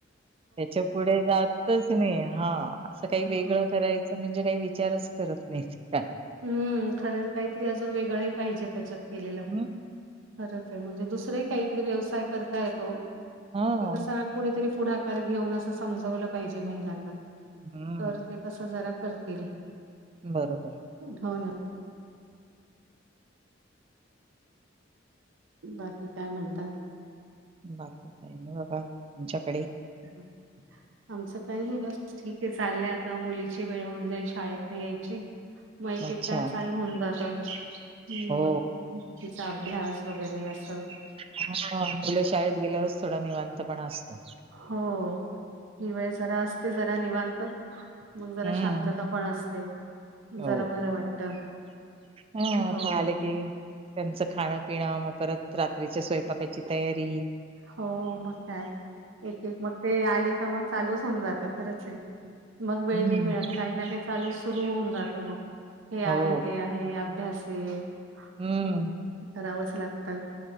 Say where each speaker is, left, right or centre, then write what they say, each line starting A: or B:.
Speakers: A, on the right (about 30°); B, on the right (about 85°).
A: त्याच्या पुढे जातच नाही. हा असं काही वेगळं
B: हो.
A: कराय च म्हणजे काही विचारच करत नाहीत ह्या.
B: हम्म खरं काहीतरी अजून वेगळंही पाहिजे त्याच्यात केलेलं.
A: हं.
B: खरंच आहे, म्हणजे दुसरंही काहीतरी व्यवसाय करता येतो, की
A: हां.
B: कसा कोणीतरी पुढाकार घेऊन असं समजवलं पाहिजे महिलांना.
A: हम.
B: तर ते कसं जरा करतील.
A: बरोबर.
B: हो ना. बाकी काय म्हणताय?
A: बाकी काही नाही बघा, तुमच्याकडे
B: हम. <unintelligible> आमचं काही नाही बस ठीक आहे चाललंय आता मुलीची वेळ होऊन जाईल शाळेत नाही यायची... मग
A: अच्छा.
B: एक काय चालू होऊन जात.... हम्
A: हो.
B: मग तिचा अभ्यास वगैरे असं...
A: हा मुलं शाळेत गेल्यावरच थोडा निवांतपणा असतो.....
B: हो ही वेळ जरा असते जरा निवांत मग जरा
A: हं.
B: शांतता.... पण असते
A: हो.
B: जरा बर वाटत
A: हां,
B: हो.
A: आता आले की त्यांचं खाण पिणं मग परत.... रात्रीच्या स्वयंपाकायची तयारी.
B: हो, मग काय. एक-एक मग ते आले का मग चालूच होऊन जातं खरंच आहे..... मग वेळ
A: हं.
B: नाही मिळत काही ना काही चालू सुरू होऊन जात मग हे आहे
A: हो.
B: ते. हे अभ्यास मग
A: हम्म.
B: करावंच लागतं.....